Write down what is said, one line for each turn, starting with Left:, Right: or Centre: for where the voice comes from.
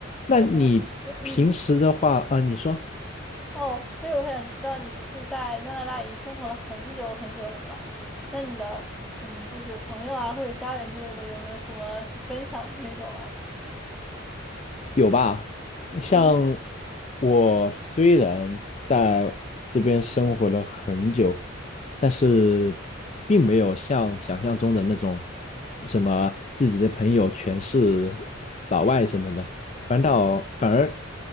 Left: 那你平时的话啊，
Centre: 他的是嗯，
Left: 你说
Centre: 哦，就是我想知道，你不是在加拿大已经生活了很久很久了吗？那你的嗯，就是朋友啊或者家人之类的，有没有什么可分享的那种啊？
Left: 有吧？像
Centre: 嗯，
Left: 我虽然在这边生活了很久，但是并没有像想象中的那种什么自己的朋友全是老外什么的，反倒反而